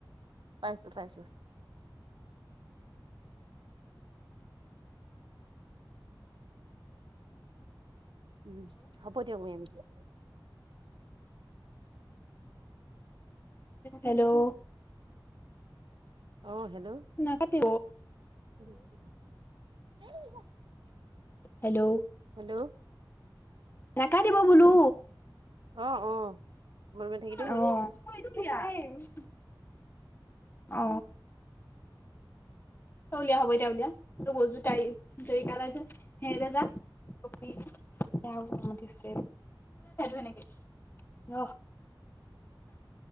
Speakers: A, on the right; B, on the left.
A: পাইছো পাইছো উম হ'ব দিয়ক মমিতা
B: হেল্ল'
A: অ', হেল্ল'।
B: নাকতি
A: <unintelligible>
B: হেল্ল'
A: হেল্ল'
B: নাকা দিব বোলো
A: অ', অ', মনে মনে থাকিলেই হ'ল।
B: অহ <unintelligible> অ উলিয়া হব এতি উলিয়া <unintelligible> উঠিছে এনেক অ